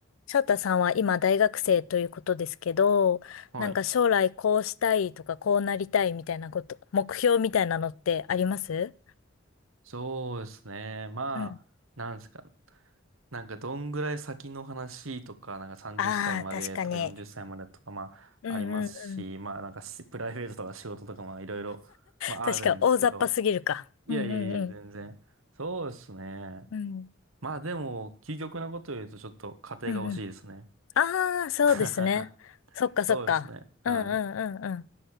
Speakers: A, on the left (about 80°); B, on the right (about 80°).
A: 翔太さんは今大学生ということですけど、
B: はい。
A: なんか将来こうしたいとかこうなりたいみたいなこと、目標みたいなのってあります
B: そうですね。まあ、
A: うん。
B: なんですか。なんかどんぐらい先の話とか、なんか30歳までとか40歳までとか、
A: ああ、確かに。
B: まあ、
A: うんうんうん。
B: ありますし、まあなんかしプライベートとか仕事とか、まあいろいろ、まああるんですけど。
A: 確か大雑把すぎるか。
B: いやいやいや、
A: うんうん
B: 全然。そうですね。
A: うん。うん。
B: まあでも、究極なことを言うとちょっと家庭が欲しいですね。
A: うんうん。ああ、そうですね。
B: <laughs>
A: そっかそっか。
B: そうですね。はい。
A: うんうんうんうん。